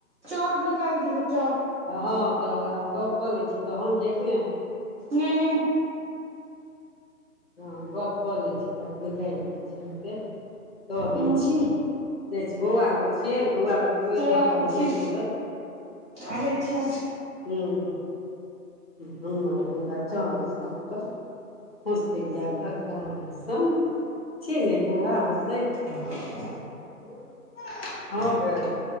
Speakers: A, on the right; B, on the left.
A: चाउर निकालि दीहि चाउर
B: हँ तऽ आब गप कऽ लै छी तहन कि एखने
A: नहि नहि
B: हँ गप कऽ लैत छी तब निकालि दै छी अहाँके दऽ
A: नहि
B: दै छी जाइ छियै बौआ लग छियै बौआ लग तु
A: हय
B: एबहक
A: आबै
B: त हम
A: छियै
B: चलि जेबै
A: आबै छियै
B: ह्म ह ह हमर बबुआ चान्द सनक हँसैया भगवान सन छियै ने बौआ हँसैत
A: आ
B: हँ ह गै